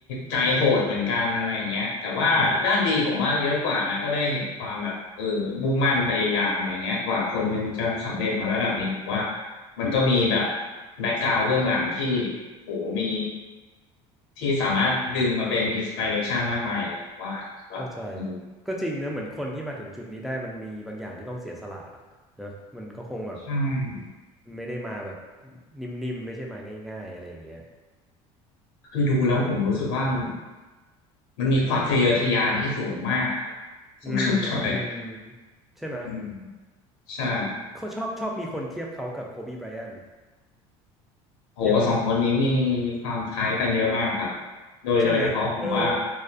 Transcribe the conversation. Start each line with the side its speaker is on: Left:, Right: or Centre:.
Left: ใจโหดเหมือนกันอะไรอย่างเงี้ยแต่ว่าด้านดีผมว่าเยอะกว่านะก็ได้เห็นความแบบ
Centre: อืม
Left: เออมุ่งมั่นพยายามอะไรเงี้ยกว่าคนหนึงจะสำเร็จมาระดับนี้ผมว่ามันก็มีแบบแบ็กกราวด์เบื้องหลังที่โหมีที่สามารถดึงมาเป็นอินสปิเรชันมากมายเลยผมว่าสำหรับดู
Centre: เข้าใจก็จริงนะเหมือนคนที่มาถึงจุดนี้ได้มันมีบางอย่างที่ต้องเสียสละเนอะมันก็คงแบบ
Left: ใช่
Centre: ไม่ได้มาแบบนิ่มๆไม่ใช่มาง่ายๆอะไรอย่างเงี้ย
Left: คือดูแล้วผมรู้สึกว่ามัน
Centre: อืม
Left: มันมีความทะเยอทะยานที่สูงมากครับสำหรับจอร์แดน
Centre: อืมอืมใช่ไหมย
Left: อืมใช่
Centre: อืมเขาชอบชอบมีคนเทียบเขากับโคบีไบรอัน
Left: โหสองคนนี้มีมีความคล้ายกันเยอะมากครับ
Centre: ยัง
Left: โดยโดยเฉพาะผมว่า
Centre: ใช่ไหม เออ